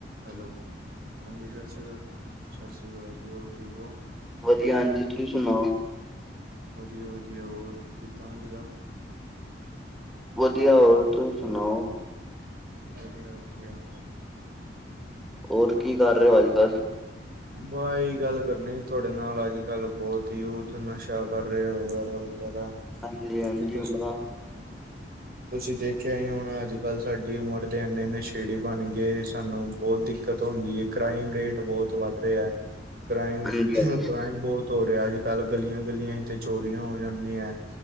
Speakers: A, on the right; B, in the centre.
A: ਹੈਲੋ ਹਾਂਜੀ, ਸਤਿ ਸ਼੍ਰੀ ਅਕਾਲ ਸਤਿ ਸ਼੍ਰੀ ਅਕਾਲ ਜੀ, ਹੋਰ ਠੀਕ ਓ।
B: ਵਧੀਆ ਹਾਂਜੀ, ਤੁਸੀਂ ਸੁਨਾਓ।
A: ਵਦੀਆ-ਵਦੀਆ, ਹੋਰ ਕਿੱਦਾਂ ਅੱਜ-ਕੱਲ?
B: ਵਧੀਆ, ਹੋਰ ਤੁਸੀਂ ਸੁਨਾਓ।
A: ਵਦੀਆ-ਵਦੀਆ।
B: ਹੋਰ ਕੀ ਕਰ ਰੇਓ ਅੱਜ-ਕੱਲ?
A: ਬਾਈ ਏਈ ਗੱਲ ਕਰਨੀ ਸੀ ਤੁਆਡੇ ਨਾਲ, ਅੱਜ-ਕੱਲ ਬੋਤ ਯੂਥ ਨਸ਼ਾ ਕਰ ਰੇਯਾ ਵਗੈਰਾ। ਵਗੈਹਰ,
B: ਹਾਂਜੀ
A: ਬਾਕੀ
B: ਹਾਂਜੀ
A: ਤੁਸੀ
B: ਬੜਾ
A: ਤੁਸੀਂ ਦੇਖੇਆ ਈ ਹੌਣਾ ਅੱਜ-ਕੱਲ ਸਾਡੀ ਉਮਰ ਦੇ ਏਨੇ ਨਸ਼ੇੜੀ ਬਣਗੇ ਸਾਨੂੰ ਬੋਤ ਦਿੱਕਤ ਹੁੰਦੀ ਏ। ਕ੍ਰਾਈਮ ਰੇਟ ਬੋਤ ਵੱਧ ਰੇਯਾ। ਕ੍ਰਾਈਮ
B: ਹਾਂਜੀ ਹਾਂਜੀ
A: ਕ੍ਰਾਈਮ ਬੋਤ ਹੋ ਰਿਹਾ ਅੱਜ ਕਲ ਗਲੀਆਂ ਗਲੀਆ ਚੋਰੀਆਂ ਹੋ ਜਾਂਦੀਆਂ